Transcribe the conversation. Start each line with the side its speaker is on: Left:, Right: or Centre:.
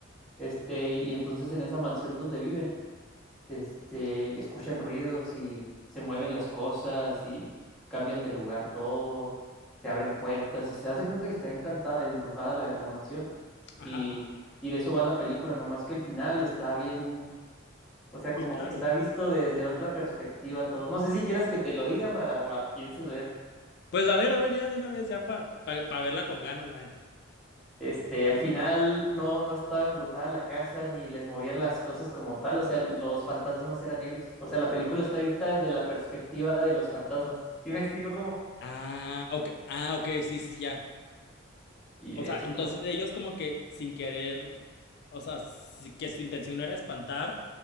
Centre: Este, y entonces en esa mansión donde viven. este, escuchan ruidos y se mueven las cosas y cambian de lugar todo, se abren puertas, se hace cuenta que está encantada, embrujada la, la mansión
Left: ajá,
Centre: y,
Left: ajá,
Centre: y de eso va la película, nomás que el final está bien, o sea, como
Left: bien raro.
Centre: que está visto desde otra perspectiva todo. No sé si quieras que te lo diga para o la pienses ver.
Left: Pues a ver, a ver, ya de una vez, ya para pa, pa verla con ganas, la neta.
Centre: Este, al final no, no estaba embrujada la casa ni les movían las cosas como tal, o sea, los fantasmas eran ellos. O sea, la película está vista desde la perspectiva de los fantasmas. ¿Sí me explico cómo?
Left: Ah, ok, ah, ok, sí, sí, ya.
Centre: Y
Left: O
Centre: de
Left: sea,
Centre: eso
Left: entonces
Centre: trata.
Left: ellos como que sin querer, o sea, sí que su intención no era espantar,